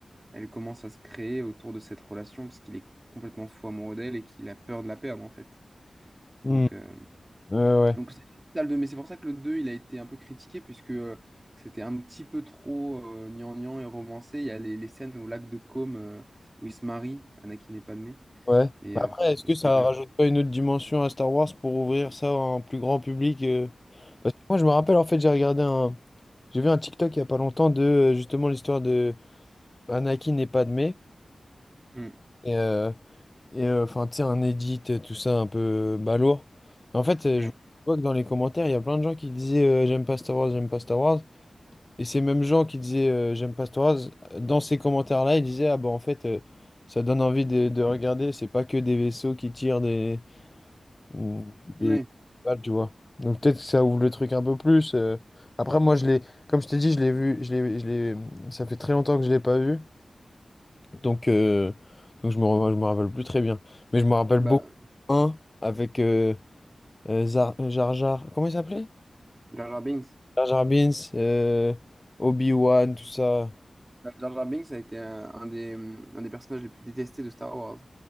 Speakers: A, on the right; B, on the left.
A: elle commence à se créer autour de cette relation parce qu'il est complètement fou amoureux d'elle et qu'il a peur de la perdre, en fait.
B: Hmm.
A: Donc, euh,
B: Ouais, ouais.
A: donc c'est ça, le deux. Mais c'est pour ça que le deux il a été un peu critiqué puisque euh, c'était un petit peu trop euh, gnangnan et romancé. Il y a les, les scènes au lac de Côme euh, où il se marie, Anakin et Padmé.
B: Ouais.
A: Et
B: Bah
A: euh,
B: Après, est-ce que
A: c'était
B: ça rajoute
A: un-
B: pas une autre dimension à Star Wars pour ouvrir ça à un plus grand public euh Parce que moi, je me rappelle, en fait, j'ai regardé un... J'ai vu un TikTok il y a pas longtemps de, euh, justement, l'histoire de Anakin et Padmé.
A: Hmm.
B: Et, euh, et euh, enfin, tu sais, un edit, euh, tout ça, un peu euh, balourd. Mais en fait, euh,
A: Ouais.
B: je vois que dans les commentaires, il y a plein de gens qui disaient euh, J'aime pas Star Wars, j'aime pas Star Wars». Et ces mêmes gens qui disaient euh, j'aime pas Star Wars, dans ces commentaires-là, ils disaient ah bah en fait euh, ça donne envie de, de regarder, c'est pas que des vaisseaux qui tirent des des
A: Ouais.
B: balles, tu vois. Donc peut-être que ça ouvre le truc un peu plus. euh. Après moi je l'ai, comme je t'ai dit, je l'ai vu, je l'ai, je l'ai, ça fait très longtemps que je l'ai pas vu, donc euh, donc je me re- je me rappelle plus très bien, mais je me rappelle
A: Bah,
B: beaucoup un avec euh, euh, Zar- Jar Jar, comment il s'appelait?
A: Jar Jar Binks.
B: Jar Jar Binks, euh, Obi-Wan, tout ça.
A: Bah, Jar Jar Binks a été un, un des, hum, un des personnages les plus détestés de Star Wars.